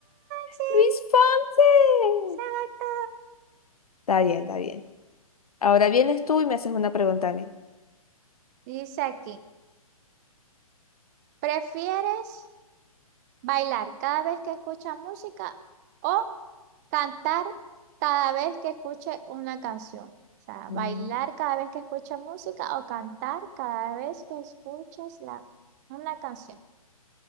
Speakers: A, on the right; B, on the left.
A: sí!
B: Luis Fonsi.
A: ¡Exacto!
B: Está bien, está bien. Ahora vienes tú y me haces una pregunta a mí.
A: Dice aquí, ¿prefieres? Bailar cada vez que escucha música o cantar cada vez que escuche una canción. O sea,
B: Mm,
A: bailar cada vez que escucha música o cantar cada vez que escuches la, una canción.